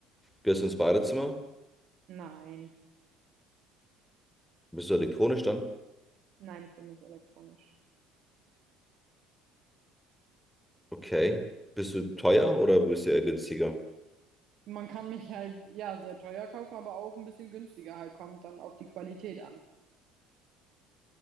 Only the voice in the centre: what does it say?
Gehst ins Badezimmer?
Bist du elektronisch dann?
Okay. Bist du teuer oder bist du eher günstiger?